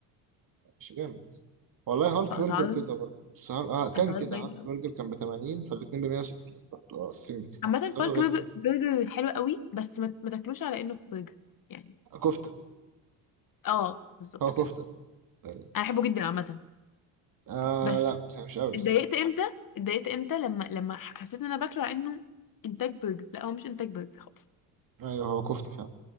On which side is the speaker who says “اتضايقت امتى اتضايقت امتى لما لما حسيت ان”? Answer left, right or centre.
Left